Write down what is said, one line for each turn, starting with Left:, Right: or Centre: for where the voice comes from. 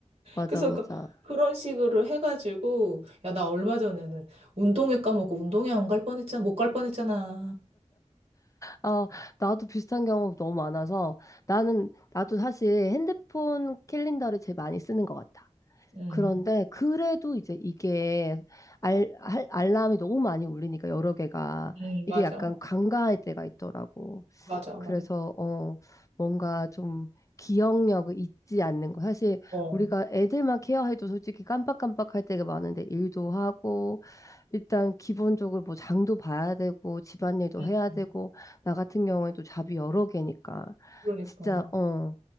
Left: 맞아,
Right: 그래서
Left: 맞아.
Right: 그 그런 식으로 해가지고 야, 나 얼마 전에는 운동회 까먹고 운동회 안 갈 뻔했잖아. 못 갈 뻔했잖아.
Left: 아, 나도 비슷한 경험 너무 많아서 나는, 나도 사실 핸드폰 캘린더를 제일 많이 쓰는 것 같아.
Right: 응,
Left: 그런데 그래도 이제 이게 알, 알, 알람이 너무 많이 울리니까 여러 개가
Right: 응,
Left: 이게
Right: 맞아.
Left: 약간 간과할 때가 있더라고.
Right: 맞아, 맞아.
Left: 그래서 어 뭔가 좀 기억력을 잊지 않는 거. 사실
Right: 어.
Left: 우리가 애들만 케어해도 솔직히 깜빡깜빡할 때가 많은데 일도 하고 일단 기본적으로 뭐 장도 봐야 되고 집안일도
Right: 응
Left: 해야 되고
Right: 응.
Left: 나 같은 경우에도 잡이 여러 개니까
Right: 그러니까
Left: 진짜 어